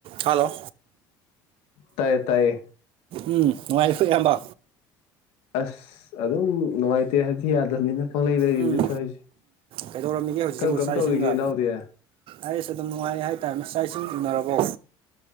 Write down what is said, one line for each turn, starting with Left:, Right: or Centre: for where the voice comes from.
Right: Hello
Left: ꯇꯌꯦ ꯇꯌꯦ
Right: ꯎꯝ ꯅꯨꯡꯉꯥꯏ ꯐ ꯏꯌꯥꯝꯕ
Left: ꯑꯁ ꯑꯗꯨꯝ ꯅꯨꯡꯉꯥꯏꯇꯦ ꯍꯥꯏꯗꯤ ꯌꯥꯗꯕꯅꯤꯅ ꯄꯪꯂꯩ ꯂꯩꯔꯤ
Right: ꯎꯝ
Left: ꯑꯗꯨꯝ ꯇꯧꯔꯤꯁꯦ
Right: ꯀꯩꯗꯧꯔꯝꯃꯤꯒꯦ ꯍꯧꯖꯤꯛꯁꯤꯕꯨ
Left: ꯀꯔꯝ ꯀꯔꯝ
Right: ꯆꯥꯛ
Left: ꯇꯧꯔꯤꯒꯦ
Right: ꯏꯁꯤꯡꯒ
Left: ꯏꯅꯥꯎꯗꯤ
Right: ꯑꯩꯁ ꯑꯗꯨꯝ ꯅꯨꯡꯉꯥꯏꯔꯦ ꯍꯥꯏꯇꯥꯔꯦ ꯃꯥꯛ ꯏꯁꯤꯡ ꯎꯅꯔꯕꯣ